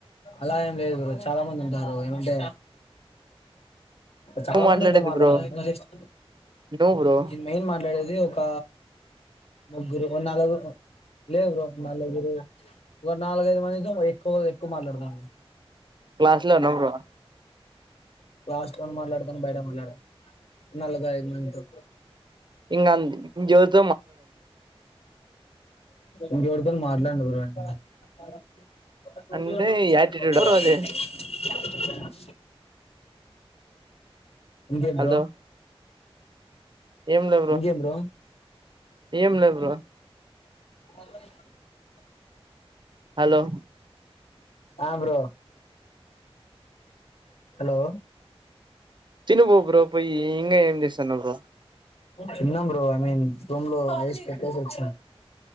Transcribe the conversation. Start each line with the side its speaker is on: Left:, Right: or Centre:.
Left: అలా ఏం లేదు బ్రో చాలా మంది ఉంటారు ఏమంటే
Right: నువ్వు
Left: చాలా
Right: మాట్లాడేది
Left: మంది తో మాట్లాడుత.
Right: బ్రో నువ్వు బ్రో
Left: ఇ మెయిన్ మాట్లాడేది ఒక. ముగ్గురు ఓ నాలుగురు, లేదు బ్రో నలుగురు, ఒ నాలుగఐదు మందితో ఎక్కువ ఎక్కువ మాట్లాడుతా.
Right: క్లాస్ లో ఉన్న బ్రో.
Left: క్లాస్ట్ లో ను మాట్లాడతాను బయట మాట్లాడ. నల్గ దాయిదు మంచం.
Right: ఇంగ్ంద్ జ్యోత్.
Left: ఇంకెవరితోను మాట్లాడనివ్వరంట. <unintelligible>
Right: అంటే యాటిట్యూడ్ బ్రో అది
Left: ఇకేంద్
Right: హలో
Left: బ్రో.
Right: ఏం లే
Left: ఇంకేం బ్రో.
Right: ఏం లేదు బ్రో.
Left: <inaudible>
Right: హలో.
Left: అ బ్రో హలో.
Right: తిను బో బ్రో. పోయి ఇంగా ఏం చేస్తున్నావ్ బ్రో
Left: తిన్నాం బ్రో ఐ మీన్. రూమ్ లో రైస్ పెట్టేసి వచ్చా.